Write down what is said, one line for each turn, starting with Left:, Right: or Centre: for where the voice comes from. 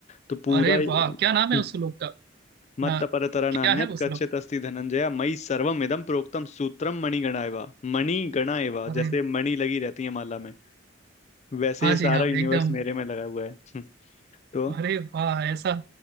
Left: तो पूरा
Right: अरे
Left: हम्म।
Right: वाह क्या नाम है उस लोग का
Left: मत्त
Right: हाँ
Left: परतरा
Right: क्या
Left: नान्यत्
Right: है वो श्लोक
Left: कच्चित् अस्ति धनंजया मयि सर्वम इदम प्रोक्तम सूत्रम मणिगणा एवा मणिगणा एवा
Right: अरे
Left: जैसे मणि लगी रहती है माला में वैसे
Right: हाँ
Left: ये सारा
Right: जी हाँ
Left: यूनिवर्स
Right: एकदम
Left: मेरे में लगा हुआ है हम्म। तो
Right: अरे वाह ऐसा